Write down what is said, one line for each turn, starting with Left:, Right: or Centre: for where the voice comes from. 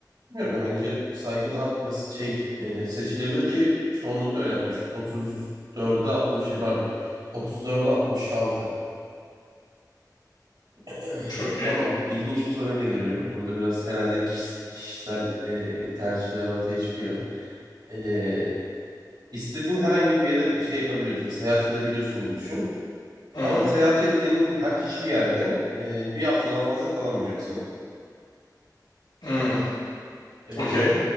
Right: Bilmiyorum ya bence saygı daha basit şey e, seçilebilir ki çoğunlukla öyle yapmış. 34'e 60 şey pardon. 34'e 66. <clears throat>
Left: Çok iyi.
Right: Tamam. ilginç bir soruyla geliyorum. Burada biraz herhalde kişis- kişisel e, tercihler ortaya çıkıyor. E, istediğin herhangi bir yere şey yapabiliyorsun. Seyahat edebiliyorsun gibi düşün.
Left: Hı
Right: Ama
Left: hı.
Right: seyahat ettiğin ha- hiçbir yerde e, bir haftadan fazla kalamayacaksın.
Left: Hı.
Right: E,
Left: Okey.